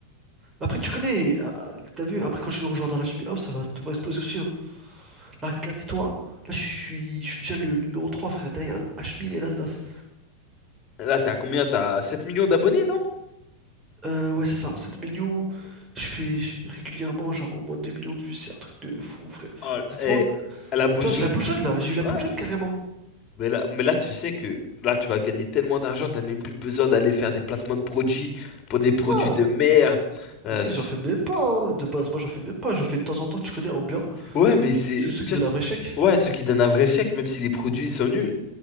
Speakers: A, on the right; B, on the left.
A: Après, tu connais, euh, t'as vu, après quand tu nous rejoins dans la chimie house, ça va, tout va exploser aussi. hein. Là, regarde, dis-toi, là, je suis, je suis déjà le numéro 3 frère, derrière HMI et Nasdaq.
B: Là, t'as combien? T'as 7 millions d'abonnés, non?
A: Euh, ouais, c'est ça, 7 millions, je fais je- régulièrement, genre, au moins 2 millions de vues, c'est un truc de fou, frère.
B: Oh,
A: Dis-toi,
B: et à la boujoune.
A: dis-toi, j'ai la boule jaune, là, j'ai eu la
B: Ouais.
A: boule jaune, carrément.
B: Mais là, mais là, tu sais que là, tu vas gagner tellement d'argent, t'as même plus besoin d'aller faire des placements de produits pour des produits
A: Ah,
B: de merde. Euh,
A: mais tu
B: pff.
A: sais que j'en fais même pas, hein. De base, moi, j'en fais même pas, j'en fais de temps en temps, tu connais, en bien.
B: ouais, mais c'est,
A: C'est ceux
B: tu
A: qui donnent
B: vois, c'est-
A: un vrai chèque.
B: ouais, ce qui donne un vrai chèque, même si les produits ils sont nuls.